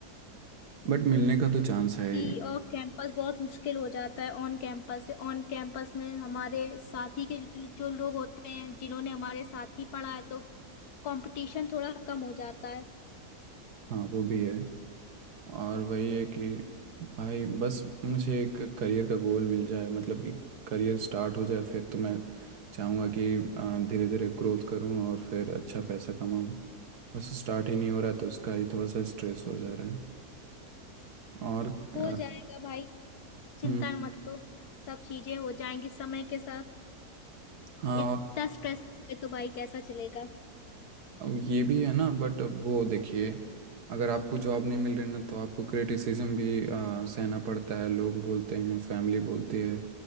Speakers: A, on the right; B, on the left.
A: बट मिलने का तो चांस है
B: कि
A: ही
B: ऑफ कैंपस बहुत मुश्किल हो जाता है ऑन कैंपस से ऑन कैंपस में हमारे साथी के जो जो लोग होते हैं जिन्होंने हमारे साथ ही पढ़ा है तो कंपटीशन थोड़ा कम हो जाता है
A: हाँ वो भी है और वही है कि भाई बस मुझे एक करियर का गोल मिल जाए मतलब कि करियर स्टार्ट हो जाए फिर तो मैं चाहूँगा कि धीरे धीरे ग्रोथ करूँ और फिर अच्छा पैसा कमाऊँ बस स्टार्ट ही नहीं हो रहा तो उसका ही थोड़ा सा स्ट्रेस हो जा रहा है और
B: हो
A: अ,
B: जाएगा भाई चिंता
A: हम्म,
B: मत लो सब चीजें हो जाएंगी समय के साथ
A: हाँ
B: इतना
A: और
B: स्ट्रेस तो भाई कैसा चलेगा
A: अब ये भी है ना बट वो देखिए अगर आपको जॉब नहीं मिल रही ना तो आपको क्रिटिसिज्म भी अ, सहना पड़ता है लोग बोलते हैं फैमिली बोलती है